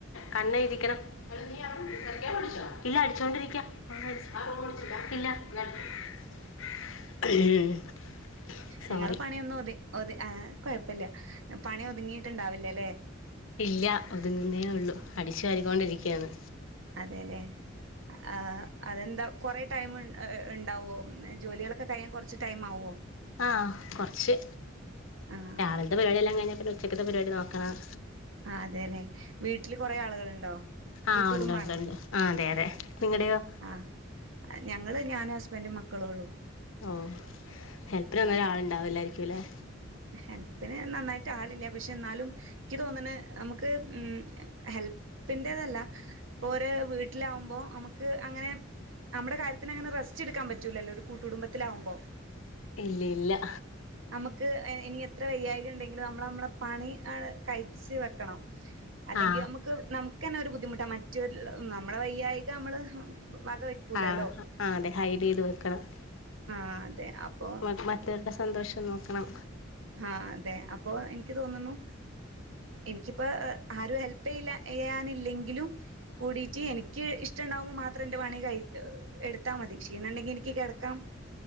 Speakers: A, on the left; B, on the right.
A: <unintelligible> <unintelligible> <unintelligible> സോറി
B: നിങ്ങള് പണിയൊന്നതി <unintelligible> ആ കുഴപ്പില്ല പണി ഒതുങ്ങിയിട്ടുണ്ടാവില്ലല്ലേ
A: ഇല്ല ഒതുങ്ങുന്നേ ഉള്ളു അടിച്ചു വലിക്കൊണ്ടിരിക്കയാണ്
B: അതെല്ലെ ആ അതെന്താ കൊറേ ടൈം ഉണ്ടാവുമോ ജോലികളൊക്കെ കഴിയാൻ കുറച്ച് ടൈംമാവുമോ
A: ആഹ കൊർച്ച്
B: ആഹ്
A: രാവിൽത്തെ പരിപാടിയെല്ലാം കഴിഞ്ഞാ പിന്നെ ഉച്ചക്കത്തെ പരിപാടി നോക്കണോം.
B: ആ അതെല്ലെ വീട്ടില് കൊറേ ആളുകൾണ്ടോ
A: ആ
B: കൂട്ട്
A: ഉണ്ട്
B: കുടുംബാണോ?
A: ഉണ്ട് ഉണ്ട് ആ അതെ അതെ നിങ്ങളുടെയോ
B: ആഹ് ഞങ്ങള് ഞാനും ഹസ്ബൻറും മക്കളോള്ളു.
A: ഓ ഹെൽപ്ന് ഒന്നരാളുണ്ടാവുലായിരിക്കുംല്ലേ?
B: ഹെൽപ്പിന് നന്നായിട്ട് ആളില്ല പക്ഷെ ന്നാലും ഇക്ക് തോന്ന്ണെ അമ്മക്ക് ഉം ഹെൽ പിന്റെതല്ല ഇപ്പോരേ വീട്ടിലാവുമ്പോ അമ്മക്ക് അങ്ങനെ അമ്മടെ കാര്യത്തിന് അങ്ങനെ റസ്റ്റ്ട്ക്കാൻ പറ്റൂലല്ലോ ഒരു കൂട്ടുടുംബത്തിലാവുമ്പോ
A: ഇല്ല്യ ഇല്ല്യ
B: അമ്മക്ക് എനി എത്ര വയ്യായികണ്ടെങ്കിലും നമ്മൾ നമ്മളെ പണി അ കഴിച് വെക്കണം. അല്ലെങ്കി
A: ആ
B: നമ്മക്ക് നമുക്കെന്നെ ഒരു ബുദ്ധിമുട്ടാ മറ്റ് നമ്മളെ വയ്യായിക നമ്മള് വക വെക്കൂലല്ലോ
A: ആ ആ അതെ ഹൈടെയ്ത് വെക്കണം.
B: ആഹ് അതെ അപ്പൊ
A: മ മറ്റൊൽടെ സന്തോഷം നോക്കണം.
B: ആ അതെ അപ്പൊ എനിക്ക് തോന്നുന്നു എനിക്കിപ്പോ ആരും ഹെൽപ് ചെയ്ല്ല ചെയ്യാനില്ലെങ്കിലും കൂടിട്ട് എനിക്ക് ഇഷ്ടണ്ടാകുമ്പോ മാത്രം ന്റെ പണി കയ് എടുത്താ മതി. ക്ഷീണണ്ടെങ്കി എനിക്ക് കെടക്കാം.